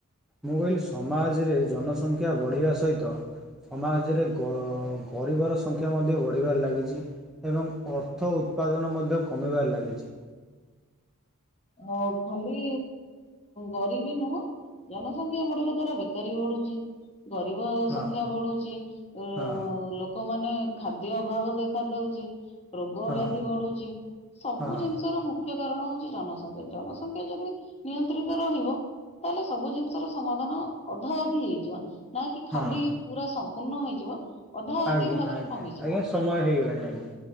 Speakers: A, in the centre; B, on the left (about 30°).
A: ମୁଁ କହିଲି ସମାଜରେ ଜନସଂଖ୍ୟା ବଢ଼ିବା ସହିତ। ସମାଜରେ ଗ ଗରିବର ସଂଖ୍ୟା ମଧ୍ୟ ବଢି ବଢ଼ିବାର ଲାଗିଚି ଏବଂ ଅର୍ଥ ଉତ୍ପାଦନ ମଧ୍ୟ କମିବାରେ ଲାଗିଛି।
B: ଅ ଖାଲି ଗରିବି ନୁହଁ। ଜନସଂଖ୍ୟା ବଢିବା ଦ୍ଵାରା ବେକାରୀ ବି ବଢୁଚି। ଗରିବ
A: ହଁ
B: ସଂଖ୍ୟା ବଢୁଚି ଉଁ ଲୋ
A: ହଁ
B: ଲୋକମାନେ ଖାଦ୍ୟ ଅଭାବ ଦେଖା ଦେଉଛି। ରୋଗ
A: ହଁ
B: ବ୍ୟାଧି ବଢୁଚି ସବୁ
A: ହଁ
B: ଜିନିଷ ର ମୁଖ୍ୟ କାରଣ ହୋଉଚି ଜନସଂଖ୍ୟା ଜନଖ ସଂଖ୍ୟା ଯଦି ନିୟନ୍ତ୍ରିତ ରହିବ ତାହେଲେ ସବୁ ଜିନିଷର ସମାଧାନ ଅଧା ଅଧି ହେଇଯିବ। ନା କି
A: ହଁ
B: ଖାଲି ପୁରା ସମ୍ପୂର୍ଣ୍ଣ ହୋଇଯିବ ଅଧା ଅଧି
A: ଆଜ୍ଞା
B: ଭାବରେ
A: ଆଜ୍ଞା
B: କମିଯିବ।
A: ଆଜ୍ଞା ସମୟ ହୋଇଗଲାଣି ଆଜ୍ଞା।